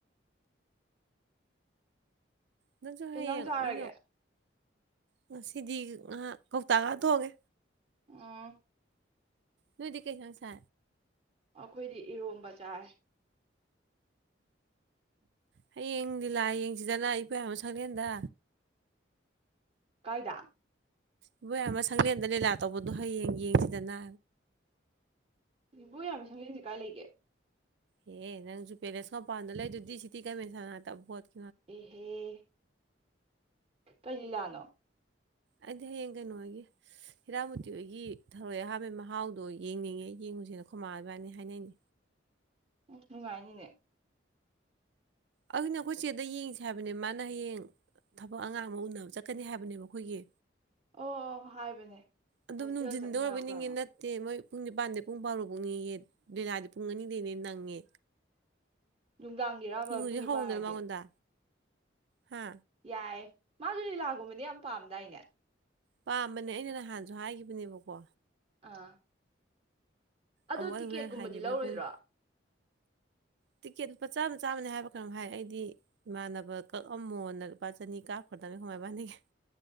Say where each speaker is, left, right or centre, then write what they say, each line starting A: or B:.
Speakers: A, on the right (about 65°); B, on the right (about 30°).
A: ꯅꯁꯨ
B: ꯀꯩ
A: ꯍꯌꯦ
B: ꯏꯟꯖꯥꯡ
A: ꯑꯣꯏ
B: ꯆꯥꯔꯒꯦ
A: ꯉꯁꯤꯗꯤ ꯉ ꯀꯧꯇꯥꯒ ꯇꯣꯡꯉꯦ
B: ꯑ
A: ꯅꯨꯗꯤ ꯀꯩꯁꯁꯥ
B: ꯑꯩꯈꯣꯏꯗꯤ ꯏꯔꯣꯝꯕ ꯆꯥꯔꯦ
A: ꯍꯌꯦꯡ ꯂꯤꯂꯥ ꯌꯦꯡꯁꯤꯗꯅ ꯏꯕꯣꯌꯥꯏꯃ ꯁꯪꯂꯦꯟꯗ
B: ꯀꯥꯏꯗꯥ
A: ꯏꯕꯣꯏꯌꯥꯝ ꯑꯃ ꯁꯪꯂꯦꯟꯗ ꯂꯤꯂꯥ ꯇꯧꯕꯗꯣ ꯍꯌꯦꯡ ꯌꯦꯡꯁꯤꯗꯅ
B: ꯏꯕꯨ ꯌꯥꯝꯃꯤ ꯁꯪꯁ ꯀꯥꯏ ꯂꯩꯒꯦ
A: ꯑꯦꯦ ꯅꯪꯁꯨꯨ ꯄꯦꯔꯦꯟꯁ ꯀ ꯄꯗꯣ ꯂꯩꯗꯨꯗꯤ ꯁꯤꯗꯤꯤ ꯀꯥꯏꯦꯟꯣ
B: ꯑꯍꯦ ꯀꯩ ꯂꯤꯂꯥꯅꯣ?
A: ꯑꯩꯗꯤ ꯍꯌꯦꯡ ꯀꯩꯅꯣ ꯍꯣꯏꯒꯤ ꯍꯤꯔꯥꯃꯨꯇꯤ ꯍꯣꯏꯒꯤ ꯊꯔꯣꯏ ꯑꯍꯥꯝꯕꯩ ꯃꯍꯥꯎꯗꯣ ꯌꯦꯡꯅꯤꯡꯉꯦ ꯌꯦꯡꯉꯨꯁꯤꯅ ꯈꯨꯃꯥꯡꯕꯥꯅꯤ ꯍꯥꯏꯅꯩꯅꯦ꯫
B: ꯑꯣ ꯅꯤ ꯉꯥꯏꯅꯤꯅꯦ꯫
A: ꯑꯗꯨꯅꯦ ꯑꯩꯈꯣꯏ ꯆꯦꯗ ꯌꯦꯡꯁꯦ ꯍꯥꯏꯕꯅꯦ ꯃꯥꯅ ꯍꯌꯦꯡ ꯊꯕꯛ ꯑꯉꯥꯡ ꯑꯃ ꯎꯅꯕ ꯆꯠꯀꯅꯤ ꯍꯥꯏꯕꯅꯦꯕ ꯑꯩꯈꯣꯏꯒꯤ
B: ꯑꯣ ꯑꯣ ꯍꯥꯏꯕꯅꯦ -
A: ꯑꯗꯨꯝ
B: ꯍꯣꯁꯇꯦꯜ
A: ꯅꯨꯡꯊꯤꯟꯗ
B: ꯆꯠꯅꯤ
A: ꯑꯣꯏꯕꯅꯤꯡꯉꯦ
B: ꯍꯥꯏꯔ ꯀꯅꯣ
A: ꯅꯠꯇꯦ
B: ꯫
A: ꯃꯣꯏ ꯄꯨꯡ ꯅꯤꯄꯥꯟꯗꯩ ꯄꯨꯡ ꯐꯥꯎꯔꯣ ꯄꯨꯡꯅꯤ ꯍꯦ ꯂꯤꯂꯥꯗꯤ ꯄꯨꯡ ꯑꯅꯤꯗꯩꯅꯦ ꯅꯪꯉꯦ꯫
B: ꯅꯨꯡꯗꯥꯡꯒꯤꯔꯥꯕ
A: ꯌꯦꯡꯉꯨꯁꯦ
B: ꯄꯨꯡ ꯅꯤꯄꯥꯟ
A: ꯍꯧꯗꯅ
B: ꯍꯥꯏꯁꯦ?
A: ꯃꯉꯣꯟꯗ ꯍꯥ
B: ꯌꯥꯏ꯫ ꯃꯥꯒꯤ ꯂꯤꯂꯥꯒꯨꯝꯕꯗꯤ ꯌꯥꯝ ꯄꯥꯝꯗꯥꯏꯅꯦ?
A: ꯄꯥꯝꯕꯅꯦ ꯑꯩꯅ ꯅꯍꯥꯟꯁꯨ ꯍꯥꯏꯈꯤꯕꯅꯦꯕꯀꯣ
B: ꯑꯥ꯫ ꯑꯣ
A: ꯑꯃꯨꯛ
B: ꯇꯤꯛꯀꯦꯠꯀꯨꯝꯕꯗꯤ
A: ꯑꯩ ꯍꯣꯔꯦꯟ ꯍꯥꯏꯒꯦꯕ
B: ꯂꯧꯔꯣꯏꯗ꯭ꯔꯣ?
A: ꯄꯨꯡ ꯇꯤꯛꯀꯦꯠ ꯂꯨꯄꯥ ꯆꯥꯝꯃ ꯆꯥꯝꯃꯅꯦ ꯍꯥꯏꯕ ꯈꯔꯪ ꯍꯥꯏ ꯑꯩꯗꯤ ꯏꯃꯥꯟꯅꯕ ꯀꯛꯑꯝꯃꯣꯅ ꯂꯨꯄꯥ ꯆꯅꯤ ꯀꯥꯞꯈ꯭ꯔꯗꯕꯅ ꯈꯉꯥꯏ ꯃꯅꯤꯒꯤ ꯫